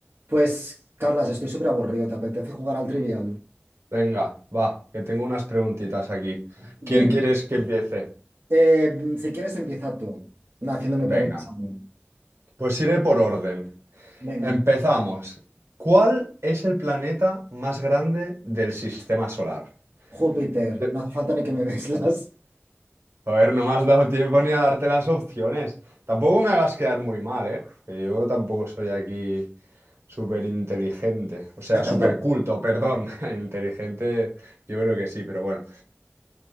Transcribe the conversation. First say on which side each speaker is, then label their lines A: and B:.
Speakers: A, on the right; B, on the right.
A: Pues, Carlas, estoy súper aburrido. ¿Te apetece jugar al Trivial?
B: Venga, va, que tengo unas preguntitas aquí.
A: Venga.
B: ¿Quién quieres que empiece?
A: Eh, si quieres, empieza tú, na, haciéndome preguntas
B: Venga,
A: a mí.
B: pues iré por orden.
A: Venga.
B: Empezamos. ¿Cuál es el planeta más grande del sistema solar?
A: Júpiter,
B: Te-
A: no hace falta ni que me des las.
B: Joder, no me has dado tiempo ni a darte las opciones. Tampoco me hagas quedar muy mal, ¿eh? Que yo tampoco soy aquí súper inteligente. O sea,
A: <laughs>
B: súper culto, perdón. <laughs> Inteligente, yo creo que sí, pero bueno.